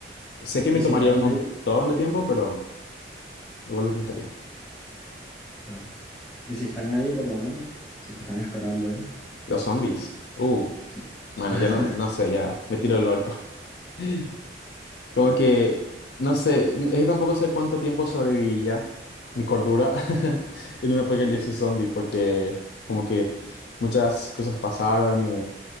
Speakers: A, on the left (about 60°); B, in the centre.
A: Sé que
B: ¿Y
A: me
B: si
A: tomaría
B: están
A: un montón
B: ahí?
A: de tiempo, pero igual lo intentaría.
B: Claro. Y si están ahí, por lo menos, si te están esperando ahí,
A: Los zombies. Uh,
B: sí.
A: bueno,
B: <laughs>
A: ya no, no sé, ya me tiro del barco. <laughs> Como que, no sé, es que tampoco sé cuánto tiempo sobreviviría mi cordura <laughs> en un apocalipsis zombie, porque como que muchas cosas pasaron y